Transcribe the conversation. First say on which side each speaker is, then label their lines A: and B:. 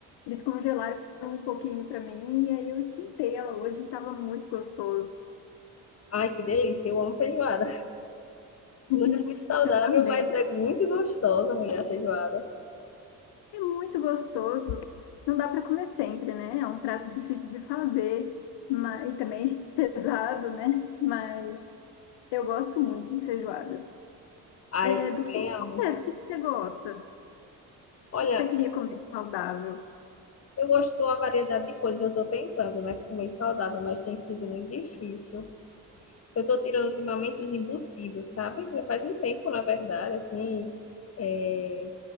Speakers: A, on the left; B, on the left.
A: eles congelaram um pouquinho para mim e aí eu esquentei ela hoje e estava muito gostoso.
B: Ai, que delícia, eu amo feijoada. <laughs>
A: <laughs>
B: Não é muito saudável,
A: Eu também.
B: mas é muito gostosa, mulher, a feijoada.
A: É muito gostoso. Não dá para comer sempre, né? É um prato difícil de fazer, mas, e também <laughs> pesado, né? Mas eu gosto muito de feijoada.
B: Ai,
A: É,
B: eu
A: do
B: também
A: que, de
B: amo.
A: você, do que que você gosta?
B: Olha,
A: O que que você queria comer saudável?
B: Eu gosto de uma variedade de coisas. Eu estou tentando, né, comer saudável, mas tem sido muito difícil. Eu estou tirando ultimamente os embutidos, sabe? Já faz um tempo, na verdade, assim, é,